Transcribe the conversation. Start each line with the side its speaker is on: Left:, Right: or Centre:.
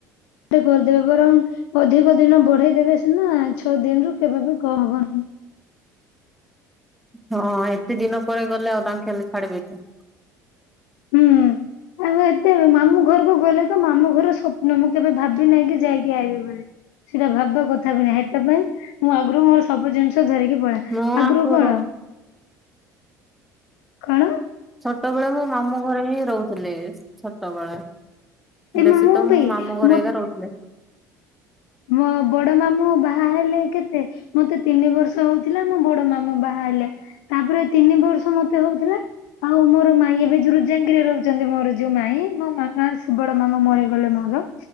Left: ଟେ କରିଦେବେ ବରଂ ଅଧିକ ଦିନ ବଢେଇ ଦେବେ ସିନା ଛଅ ଦିନରୁୁ କେବେବି କଣ ହବନି‌।
Centre: ହଁ ଏତେ ଦିନ ପରେ ଗଲେ ଆଉ ତାଙ୍କେ ହେଲେ ଛାଡିବେ କି?
Left: ହୁଁ। ଆମେ ଏତେ ମାମୁଁ ଘରକୁ ଗଲେ ତ ମାମୁ ଘର ସ୍ୱପ୍ନ ମୁଁ କେବେ ଭାବି ନାହିଁ କି ଯାଇକି ଆଇିବି ବୋଲି। ସେଟା ଭାବିବା କଥା ବି ନାହିଁ କେବେ। ମୁଁ ଆଗୁରୁ ମୋର ସବୁ ଜିନିଷ ଧରିକି ପଳାଏ
Centre: ମୁଁ
Left: ଆଗୁରୁ
Centre: ଆଗରୁ
Left: କଣ? କଣ?
Centre: ଛୋଟବେଳେ ମୋ ମାମୁଁ ଘରେ ହିଁ ରହୁଥିଲି ଛୋଟବେଳେ।
Left: ଏ
Centre: ବେଶୀ ତ ମୁଁ
Left: ବି
Centre: ମାମୁ ଘରେ
Left: ମତେ
Centre: ଏଗା ରହୁଥିଲେ।
Left: ମୋ ବଡ ମାମୁଁ ବାହା ହେଲେ କେତେ ମୋତେ ତିନି ବର୍ଷ ହଉଥିଲା ମୋ ବଡ ମାମୁଁ ବାହା ହେଲେ। ତାପରେ ତିନି ବର୍ଷ ମତେ ହଉଥିଲା। ଆଉ ମୋର ମାଇଁ ଏବେ ଯୋରୁଜାଙ୍ଗିରେ ରହୁଛନ୍ତି ମୋର ଯୋଉ ମାଇ ମୋ ମାମା ବଡ ମାମା ମରେ ଗଲେ ମୋର